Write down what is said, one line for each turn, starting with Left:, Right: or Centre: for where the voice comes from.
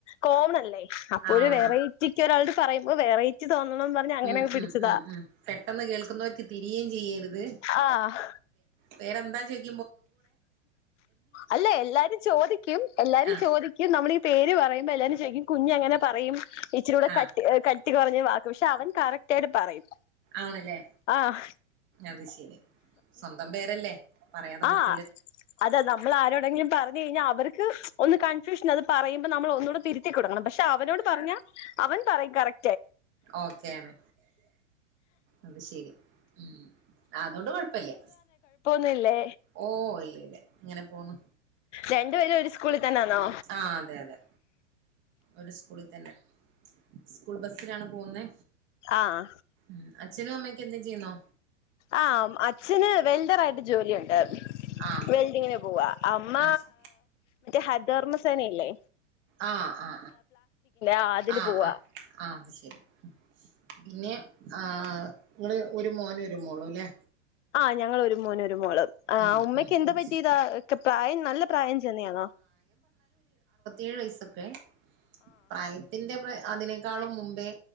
Left: കോമണല്ലേ അപ്പൊ
Right: ആഹ്
Left: ഒരു വെറൈറ്റിക്ക് ഒരാൾ പറയുമ്പോ വെറൈറ്റി തോന്നണംന്ന് പറഞ്ഞ് അങ്ങനെ
Right: ഉം
Left: പിടിച്ചതാ
Right: ഉം ഉം ഉം പെട്ടെന്ന് കേൾക്കുന്നവർക്ക് തിരിയേം ചെയ്യര്ത്
Left: ആഹ്
Right: പേര് എന്താ ചോയ്
Left: അല്ല എല്ലാരും ചോദിക്കും എല്ലാരും
Right: ആഹ്
Left: ചോദിക്കും നമ്മളീ പേര് പറയ് മ്പോ എല്ലാരും <unintelligible> കുഞ്ഞെങ്ങനെ പറയും ഇച്ചിരൂടെ
Right: ആഹ്
Left: കട്ടി അ കട്ടി ട്ടി കൊറഞ്ഞ വാക്ക് പക്ഷെ അവൻ കറക്റ്റ് ആയിട്ട് പറയും
Right: ആണല്ലേ
Left: ആഹ്
Right: അത് ശരി സ്വന്തം പേരല്ലേ പറയാതെ പറ്റ്
Left: അ അതെ നമ്മൾ ആരോടെങ്കിലും പറഞ്ഞി പിന്നെ അവർക്ക് ഒന്ന് കൺഫ്യൂഷനാ അത് പറയുമ്പോ നമ്മൾ ഒന്നൂടെ തിരിത്ത് ത്തി കൊടുക്കണം പക്ഷെ അവനോട് പറഞ്ഞ അവൻ പറയും കറക്
Right: ഓക്കേണ് അത് ശെരി ഉം ആ അതോണ്ട് കൊഴപ്പല്ല്യ
Left: ന്നല്ലേ
Right: ഓ ഇല്ല ഇല്ല ഇങ്ങനെ പോന്നു
Left: രണ്ടുപേരും ഒരു സ്കൂളിൽ തന്നാണോ
Right: ആ അതെ അതെ ഒരു സ്കൂളിൽ തന്നെ സ്കൂൾ ബസിലാണ് പോകുന്നേ
Left: ആഹ്
Right: മ് അച്ഛനും അമ്മക്കെ എന്തെ ചെയ്യുന്നോ
Left: ആഹ് അച്ഛന് വെൽഡറായിട്ട് ജോലിയൊണ്ട്
Right: ആ
Left: വെൽഡിങ്ങിന് പോവാ അമ്മ
Right: ആ ശ
Left: ഹരിതകർമ സേന ഇല്ലേ
Right: ആ ആ
Left: ആഹ് അതില്
Right: ആ ആ
Left: പോവാ
Right: ആ അത് ശരി പിന്നെ ആ നിങ്ങള് ഒരു മോനും ഒരു മോളും ല്ലെ?
Left: ആ ഞങ്ങൾ ഒരു മോന് ഒരു മോൾ ആ
Right: ഉം
Left: ഉമ്മക്ക്
Right: ഉം
Left: എന്താ
Right: അത്
Left: പറ്റിയതാ
Right: ശരി.
Left: പ്രായം നല്ല പ്രായം ചെന്നയാന്നോ
Right: ഏഴ് വയസ്സൊക്കെ പ്രായത്തിന്റെ പ്ര അതിനേക്കാളും മുമ്പേ